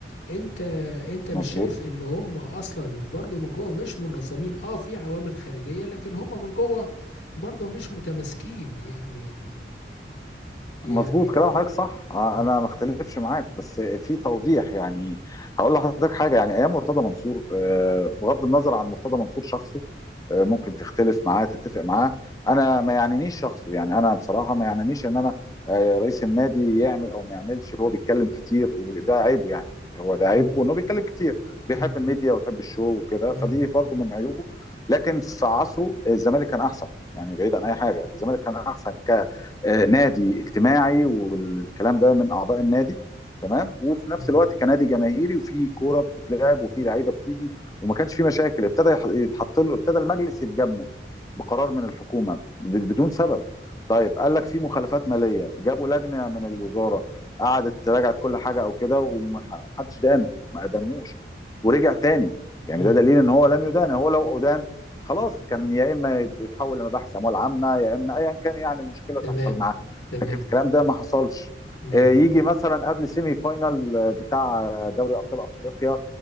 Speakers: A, on the left; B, on the left.
A: انت انت مش
B: مظبوط
A: شايف ان هم اصلا برضو من جوه مش منظمين اه في عوامل خارجيه لكن هم من جوه برضو مش متماسكين يعني يعني
B: مظبوط كلام حضرتك صح آه،
A: مم.
B: انا ما اختلفش معاك بس في توضيح يعني هقول لحضرتك حاجه يعني ايام مرتضى منصور آه، بغض النظر عن مرتضى منصور شخصه آه، ممكن تختلف معاه تتفق معاه انا ما يعنينيش شخصه يعني انا بصراحه ما يعنينيش ان انا آه، رئيس النادي يعمل او ما يعملش هو بيتكلم كتير وده عيبه يعني هو ده عيبه
A: مم.
B: انه بيتكلم كتير بيحب
A: مم.
B: الميديا ويحب الشو وكده
A: مم.
B: فدي برضو من عيوبه لكن في عصره آه، الزمالك كان احسن يعني بعيد عن اي حاجه الزمالك كان احسن آه نادي اجتماعي والكلام ده من اعضاء النادي تمام وفي
A: مم.
B: نفس الوقت كنادي جماهيري وفي كوره بتتلعب وفي لعيبه بتيجي وما كانش في مشاكل ابتدى يح- يتحط له ابتدى المجلس يتجمد بقرار من الحكومه ب- بدون سبب طيب قال لك في مخالفات ماليه جابوا لجنه من الوزاره قعدت راجعت كل حاجه او كده ومحدش دانه ما ادانهوش ورجع تاني يعني
A: مم.
B: ده دليل ان هو لم يدان هو لو ادان خلاص كان يا اما يتحول لمباحث اموال عامه يا اما ايا كان يعني المشكله
A: تمام
B: تحصل معاه
A: تمام
B: لكن الكلام ده ما حصلش
A: مم.
B: آه، يجي مثلا قبل سيمي فاينال آه، بتاع دوري ابطال افريقيا